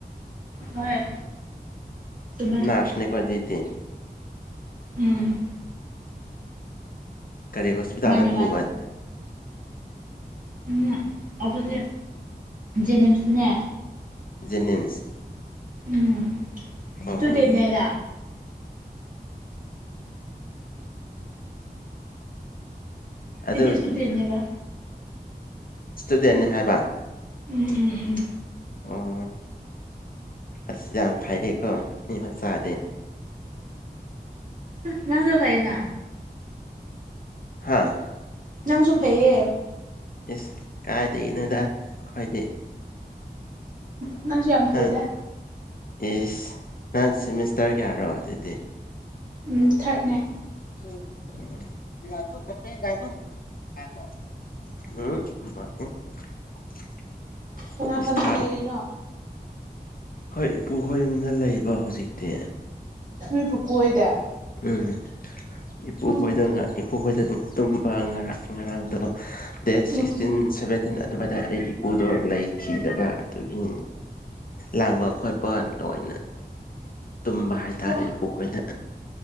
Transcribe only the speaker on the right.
ꯍꯣꯏ ꯆꯨꯝꯃꯦ
ꯎꯝ
ꯃꯥꯅꯦ
ꯑꯩ ꯑꯗꯨꯗꯤ ꯖꯦꯅꯤꯝꯁꯇꯅꯦ
ꯎꯝ ꯏꯁꯇꯨꯗꯦꯟꯅꯦꯗꯥꯏ
ꯑꯩꯗꯤ ꯏꯁꯇꯨꯗꯦꯟꯅꯦꯕ
ꯎꯝ ꯎꯝ ꯎꯝ
ꯅꯪꯅ ꯀꯩꯅꯣ
ꯅꯪꯁꯨ ꯐꯩꯌꯦ
ꯎꯝ ꯅꯪꯁꯨ ꯌꯥꯝ ꯐꯩꯗ
ꯎꯝ ꯊꯥꯔꯠꯅꯦ
ꯀꯅꯥ
ꯀꯅꯥ
ꯂꯩꯔꯤꯅꯣ
ꯅꯣꯏ ꯄꯨꯄꯨꯍꯣꯏꯗ
ꯎꯝ
ꯎꯝ
<inaudible>
ꯑꯣ